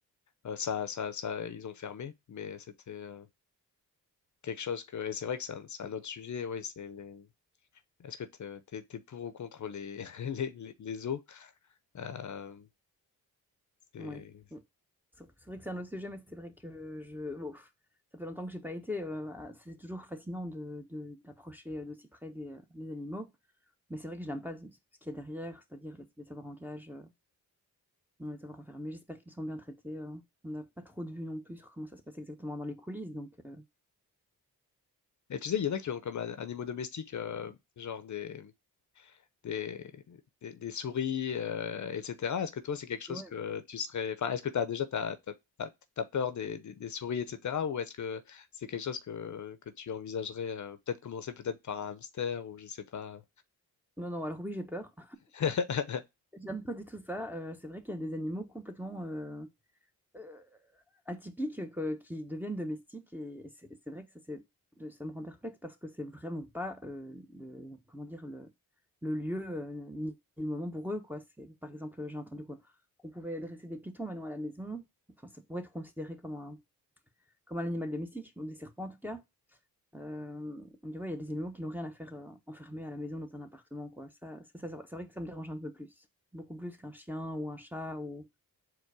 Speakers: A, on the left; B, in the centre.
A: euh, ça, ça, ça, ils ont fermé, mais c'était euh, quelque chose que. Et c'est vrai que c'est un, c'est un autre sujet. Oui, c'est les... Est-ce que tu es, pour ou contre les, <laughs> les, les, les zoos? Euh, c'est-
B: Ouais. Bon, C'est c'est vrai que c'est un autre sujet, mais c'est vrai que je. bon, pff, ça fait longtemps que j'ai pas été. euh, ah, c'est toujours fascinant de, de- d'approcher euh, d'aussi près des, euh, des animaux. Mais c'est vrai que je n'aime pas ce ce qu'il y a derrière, c'est-à-dire les, les savoir en cage, euh, les savoir enfermés. J'espère qu'ils sont bien traités. euh. On n'a pas trop de vues non plus sur comment ça se passe exactement dans les coulisses. Donc, euh,
A: Et tu sais, il y en a qui ont comme an- animaux domestiques, euh, genre des, des, des, des souris, euh, etc. Est-ce que toi, c'est quelque chose
B: ouais.
A: que tu serais... Enfin, est-ce que tu as déjà t'as, t'as- t'as- t'as peur des, des- des souris, etc. Ou est-ce que c'est quelque chose que, que tu envisagerais euh, peut-être commencer peut-être par un hamster ou je sais pas.
B: Non, non, alors oui, j'ai peur.
A: <laughs>
B: J'aime pas du tout ça. Euh, c'est vrai qu'il y a des animaux complètement euh, euh, atypiques quoi, qui deviennent domestiques et c'est c'est vrai que ça, c'est, euh, ça me rend perplexe parce que c'est vraiment pas euh, le, comment dire, le, le lieu euh, ni le moment pour eux, quoi. C'est, par exemple, j'ai entendu quoi, qu'on pouvait dresser des pitons maintenant à la maison. Enfin, ça pourrait être considéré comme un, comme un animal domestique, ou des serpents en tout cas. Euh, on dit, ouais, il y a des animaux qui n'ont rien à faire euh, enfermés à la maison dans un appartement, quoi. Ça, ça, ça, c'est vrai c'est vrai que ça me dérange un peu plus. Beaucoup plus qu'un chien ou un chat ou,